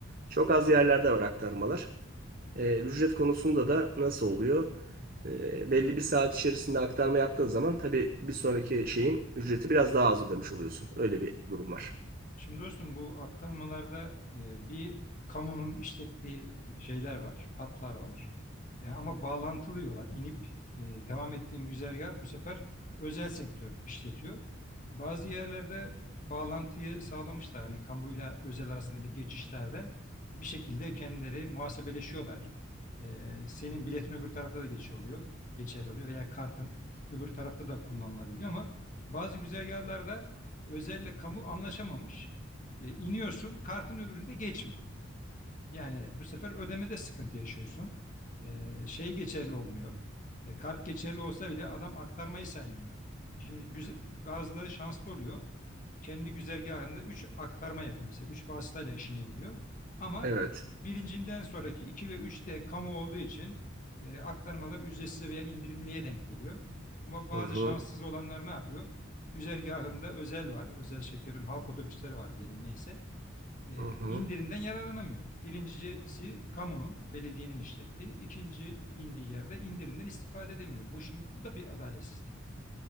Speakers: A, on the right (about 45°); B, on the left (about 40°).
A: Çok az yerlerde var aktarmalar. Ee, ücret konusunda da nasıl oluyor? Ee, belli bir saat içerisinde aktarma yaptığın zaman tabii bir sonraki şeyin ücreti biraz daha az ödemiş oluyorsun. Öyle bir durum var.
B: Şimdi dostum bu aktarmalarda e, bir kamunun işlettiği şeyler var, hatlar var. E, ama bağlantılı yola inip e, devam ettiğin güzergah bu sefer özel sektör işletiyor. Bazı yerlerde bağlantıyı sağlamışlar. Hani kamuyla özel arasındaki geçişlerde bir şekilde kendileri muhasebeleşiyorlar. E, senin biletin öbür tarafta da geçiyor oluyor, geçerli oluyor veya kartın öbür tarafta da kullanılabiliyor ama bazı güzergahlarda özelle kamu anlaşamamış. E, iniyorsun kartın öbüründe geçmiyor. Yani bu sefer ödemede sıkıntı yaşıyorsun. E, şey geçerli olmuyor. E, kart geçerli olsa bile adam aktarmayı saymıyor. E, Şimdi güzel, bazıları şanslı oluyor kendi güzergahında 3 aktarma yapıyor mesela. 3 vasıtayla işine gidiyor. Ama
A: Evet.
B: birincinden sonraki 2 ve 3 de kamu olduğu için e, aktarmalar ücretsiz veya indirimliye denk geliyor. Ama bazı
A: Hı hı.
B: şanssız olanlar ne yapıyor? Güzergahında özel var. Özel şirketlerin halk otobüsleri var diyelim neyse. E,
A: Hı hı.
B: indirimden yararlanamıyor. Birincisi kamunun, belediyenin işlettiği. ikinci bindiği yerde indirimden istifade edemiyor. Bu şimdi bu da bir adaletsizlik.